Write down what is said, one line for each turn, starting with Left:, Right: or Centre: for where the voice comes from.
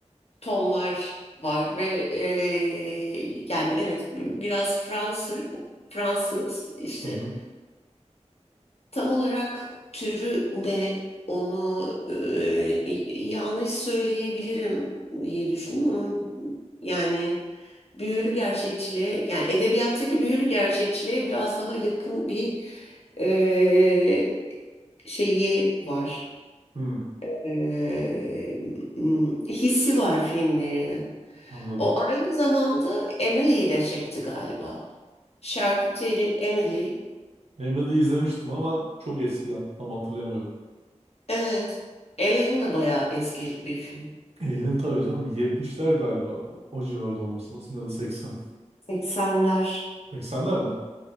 Left: tonlar var ve eee, yani evet bi- biraz Fransız Fransız işte
Right: Hı hı.
Left: Tam olarak türü ne onu e, yanlış söyleyebilirim diye düşündüm ama yani büyülü gerçekçiliğe yani edebiyattaki büyülü gerçekçiliğe biraz daha yakın bir e, şeyi var.
Right: Hı.
Left: E, hmm, hissi var filmlerinin.
Right: Anladım.
Left: O aynı zamanda Emily'yi de çekti galiba. Şarküteri Emily.
Right: Emily'yi izlemiştim ama çok eskiden. Tam hatırlayamıyorum.
Left: Evet. Alien da bayağı eski bir film.
Right: Elin tabii canım. 70'ler galiba. O o civarda olması lazım. Ya da 80.
Left: 80'ler.
Right: 80'ler mi?